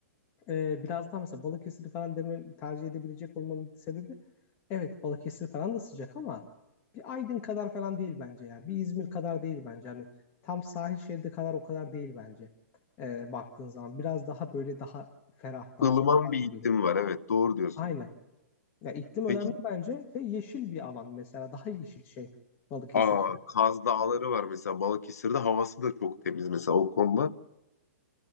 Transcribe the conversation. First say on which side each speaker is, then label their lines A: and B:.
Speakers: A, on the left; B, on the left.
A: e, biraz daha mesela Balıkesir falan demin tercih edebilecek olmamın sebebi evet Balıkesir falan da sıcak ama bir Aydın kadar falan değil bence ya. Bir İzmir kadar değil bence. Hani tam sahil şeridi kadar o kadar değil bence. E, baktığın zaman biraz daha böyle daha ferah, daha
B: ılıman
A: hafif
B: bir
A: gibi
B: iklim
A: geliyor.
B: var. Evet, doğru diyorsun.
A: Aynen. Ya iklim önemli
B: Peki,
A: bence ve yeşil bir alan mesela daha yeşil şey Balıkesir.
B: aa, Kaz Dağları var mesela Balıkesir'de havası da çok temiz mesela o konuda.